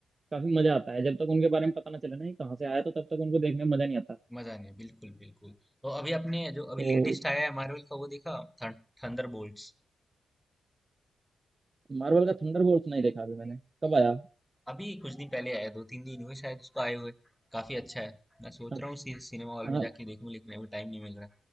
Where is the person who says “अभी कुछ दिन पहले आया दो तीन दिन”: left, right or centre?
Centre